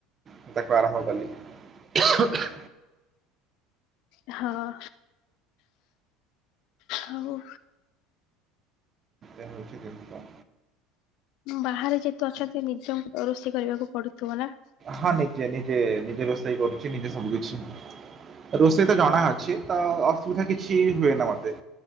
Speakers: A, on the right; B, on the left.
A: ମୁଁ ତାକୁ ଆରମ୍ଭ କଲି। ହ <inaudible>
B: ହଁ, ଆଉ।
A: ଏଆ ହଉଚି ଜିନିଷ।
B: ବାହାରେ ଯେହେତୁ ଅଛନ୍ତି ନିଜଙ୍କୁ ରୋଷେଇ କରିବାକୁ ପଡୁଥିବ ନା।
A: ହଁ ନିଜେ, ନିଜେ, ନିଜେ, ରୋଷେଇ କରୁଛି ନିଜେ ସବୁ କିଛି। ରୋଷେଇ ତ ଜଣା ଅଛି, ତ ଅସୁବିଧା କିଛି ହୁଏ ନା ମତେ।